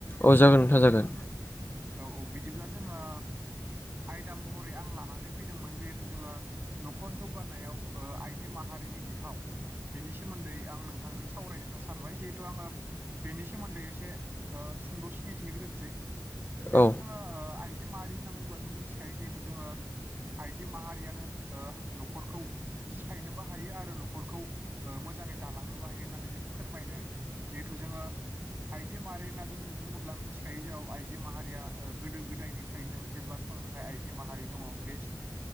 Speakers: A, on the left; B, on the right.
A: औ जागोन नोंथा जागोन
B: औ औ बिदिब्ला जोंङो आयदा महरै आं लानानै फैदोंमोन जिहेथु जोंङो न'खर जौगानायाव आइजो माहारिनि बिफाव बेनि सोमोन्दै आं नोंथांजों सावरायनो होनना सानबाय जिहेथु आंङो बेनि सोमोन्दै एसे सुंद' सिनायथि होग्रोनोसै जिहेथु
A: औ
B: जोंङो आइजो माहारि होनना बुंङोब्ला जों मिथिखायो जिहेथु जोंङो आइजो माहारियानो न'खरखौ नोबो हायो आरो न'खरखौ मोजांङै दालांनोबो हायो होननानै जों फोरमायनाय जिहेथु जोंङो आइजो माहारि होनना जों बुंङोब्ला मिथिखायो जेराव आइजो माहारि या गोदो गोदायनिफ्रायनो जेब्ला समनिफ्राय आइजो माहारि दंङो बे